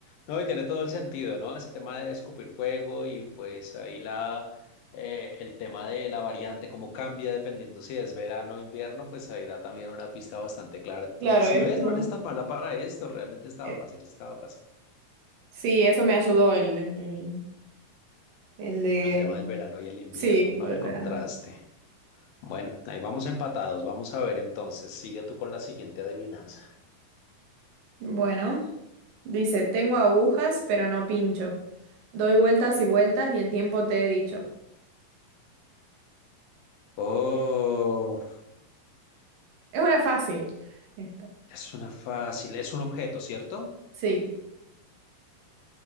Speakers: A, on the left (about 80°); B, on the right (about 70°).
A: No, y tiene todo el sentido, ¿no? Ese tema de escupir fuego y pues ahí la eh, el tema de la variante, cómo cambia dependiendo si es verano o invierno, pues ahí da también una pista bastante clara. Entonces,
B: Claro,
A: si
B: eso.
A: ves, no eres tan mala para esto, realmente estaba
B: eh,
A: fácil, estaba fácil.
B: Sí, eso me ayudó el, el, el de...
A: El tema del verano y el invierno,
B: Sí,
A: ¿no?
B: lo
A: El
B: del
A: contraste.
B: verano.
A: Bueno, ahí vamos empatados. Vamos a ver entonces. Sigue tú con la siguiente adivinanza.
B: Bueno, dice, tengo agujas, pero no pincho. Doy vueltas y vueltas y el tiempo te he dicho.
A: Oh.
B: Es una fácil. Esta.
A: Es una fácil, es un objeto, ¿cierto?
B: Sí.